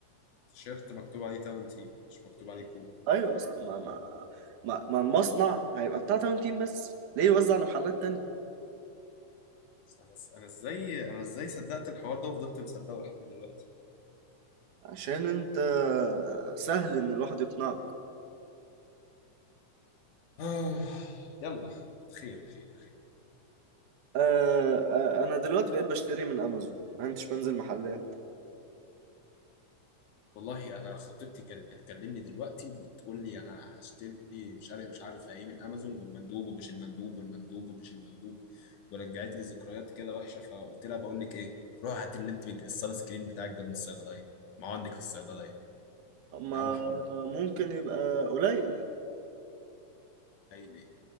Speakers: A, on the left; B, on the right.
A: التيشيرت مكتوب عليه تاون تيم مش مكتوب عليه كوبا
B: ايوه يا اسطى ما ما ما ما المصنع هيبقى بتاع تاون تيم بس ليه يوزع على محلات تانية
A: بس انا بس انا ازاي انا ازاي صدقت الحوار ده وفضلت مصدقه لحد دلوقتي
B: عشان انت سهل ان الواحد يقنعك
A: <sighs> آه يلا خير خير خير
B: آه آه، انا دلوقتي بقيت بشتري من امازون ما انتش بنزل محلات
A: والله انا خطيبتي كانت بتكلمني دلوقتي وبتقول لي انا هشتري مش عارف مش عارف ايه من امازون والمندوب ومش المندوب والمندوب ومش المندوب ورجعت لي ذكريات كده وحشه فقلت لها بقول لك ايه روح هات اللي انت بت- الصال سكرين بتاعك ده من الصيدليه ما هو عندك في الصيدليه
B: ما
A: انت عامله حوار ليه
B: ممكن يبقى قليل
A: قليلين